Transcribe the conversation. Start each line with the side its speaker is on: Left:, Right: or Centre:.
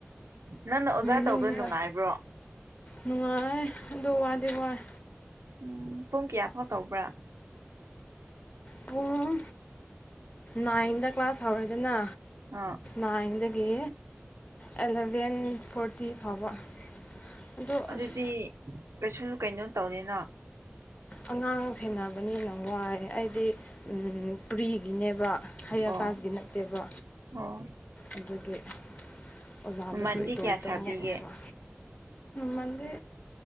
Right: ꯅꯪꯅ ꯑꯣꯖꯥ
Left: ꯃꯅꯨꯡꯗ
Right: ꯇꯧꯕꯗ ꯅꯨꯡꯉꯥꯏꯕ꯭ꯔꯣ
Left: ꯅꯨꯡꯉꯥꯏ ꯑꯗ‌ꫭ ꯋꯥꯗꯤꯋꯥꯏ
Right: ꯎꯝ ꯄꯨꯡ ꯀꯌꯥ ꯐꯥꯎ ꯇꯧꯕ꯭ꯔꯥ
Left: ꯄꯨꯡ ꯅꯥꯏꯟꯗ ꯀ꯭ꯂꯥꯁ ꯍꯧꯔꯣꯏꯗꯅ
Right: ꯑꯥ
Left: ꯅꯥꯏꯟ ꯒꯤ ꯑꯦꯂꯚꯦꯟ ꯐꯣꯔ ꯇꯤ ꯐꯥꯎꯕ ꯑꯗꯨ
Right: ꯑꯗꯨꯗꯤ
Left: ꯑꯁ
Right: ꯀꯩꯁꯨ ꯀꯩꯅꯣ ꯇꯧꯗ‌ꯦꯅꯥ
Left: ꯑꯉꯥꯡ ꯁꯦꯟꯅꯕꯅꯤꯅ ꯋꯥꯏ ꯑꯩꯗꯤ ꯎꯝ ꯄꯨ꯭ꯔꯤꯒꯤꯅꯦꯕ ꯍꯥꯏꯌꯥꯔ
Right: ꯑꯣ
Left: ꯀꯥꯁꯀꯤ ꯅꯠꯇꯦꯕ
Right: ꯑꯣ
Left: ꯑꯗꯨꯒꯤ ꯑꯣꯖꯥꯗꯁꯨ
Right: ꯃꯃꯟꯗꯤ
Left: ꯏꯇꯣꯝꯇ
Right: ꯀꯌꯥ ꯁꯥꯕꯤꯒꯦ
Left: ꯑꯃꯨꯛ ꯑꯣꯏꯕ ꯃꯝꯟꯗꯤ